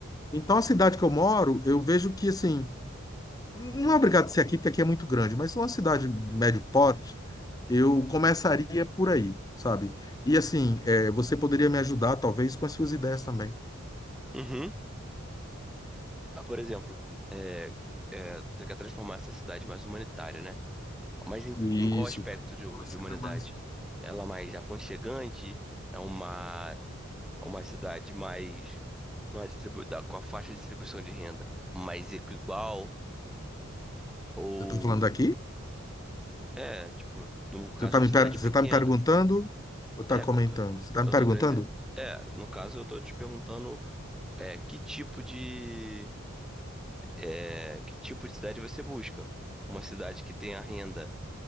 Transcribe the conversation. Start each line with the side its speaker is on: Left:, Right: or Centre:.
Left: Então, a cidade que eu moro, eu vejo que, assim, não é obrigado a ser aqui, porque aqui é muito grande, mas uma cidade de médio porte, eu começaria por aí, sabe? E, assim, é, você poderia me ajudar, talvez, com as suas ideias também.
Centre: uhum. Ah, por exemplo, é, é, você quer transformar essa cidade mais humanitária, né? Mas em,
Left: Isso,
Centre: em qual aspecto
Left: que as
Centre: de,
Left: pessoas
Centre: de
Left: sejam
Centre: humanidade?
Left: mais...
Centre: Ela mais aconchegante? É uma, uma cidade mais com a, distribu da- com a faixa de distribuição de renda mais equal? Ou
Left: Eu tô falando aqui?
Centre: é, tipo, no caso
Left: Você está
Centre: de uma
Left: me,
Centre: cidade
Left: per- você
Centre: pequena?
Left: tá me perguntando ou tá
Centre: É,
Left: comentando?
Centre: co-
Left: Você está
Centre: eu
Left: me perguntando?
Centre: tô querendo dizer. É, no caso eu tô te perguntando é, que tipo de é, que tipo de cidade você busca. Uma cidade que tenha renda